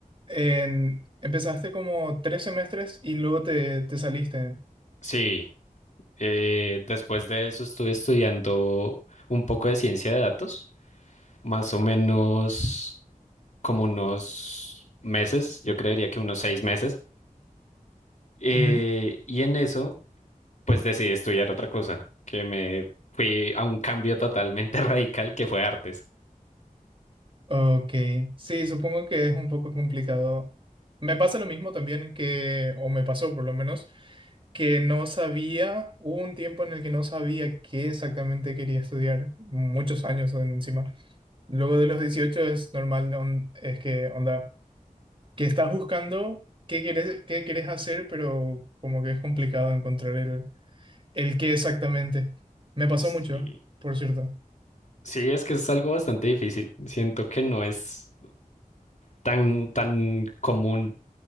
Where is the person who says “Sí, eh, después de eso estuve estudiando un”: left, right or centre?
Left